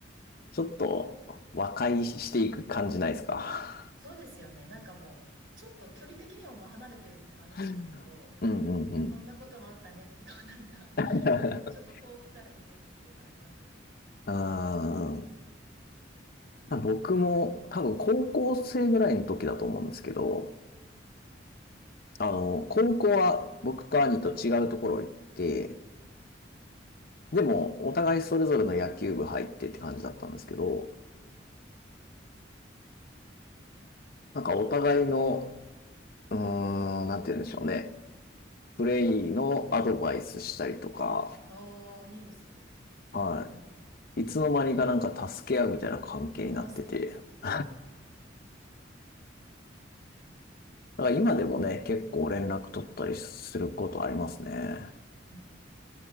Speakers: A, on the left; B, on the right.
A: ちょっと和解していく感じないですか。
B: そうですよね。なんかもう、ちょっと距離的にもまあ離れてるのもあるんですけど、
A: <laughs> うんうんうん。
B: そんなこともあったねって、こうなんか
A: <laughs>
B: ちょっと遠くから見れるっていうのありますよね。
A: うー僕も多分高校生ぐらいの時だと思うんですけど、あの、高校は僕と兄と違うところ行って、でもお互いそれぞれの野球部入ってって感じだったんですけど、なんかお互いの、うーん、なんて言うんでしょうね。プレイのアドバイスしたりとか、
B: ああ、いいですね。
A: は
B: え、
A: い。いつの間にかなんか助け合うみたいな関係になってて、
B: ああ、素敵。
A: <laughs> だから今でもね、結構連絡取ったりすることありますね。
B: ん